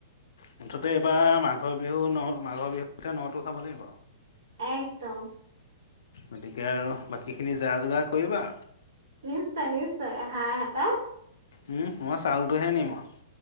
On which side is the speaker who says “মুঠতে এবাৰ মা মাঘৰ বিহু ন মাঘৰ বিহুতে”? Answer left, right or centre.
Left